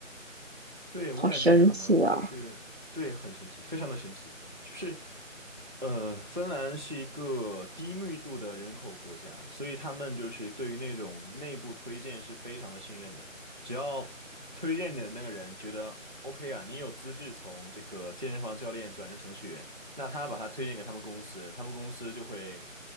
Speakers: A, on the right; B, on the right.
A: 对，我感觉可能就是对，
B: 好神奇啊！
A: 很神奇，非常的神奇。就是，呃，芬兰是一个低密度的人口国家，所以他们就是对于那种内部推荐是非常的信任的。只要推荐你的那个人觉得 OK 啊，你有资质从这个健身房教练转成程序员，那他把他推荐给他们公司，他们公司就会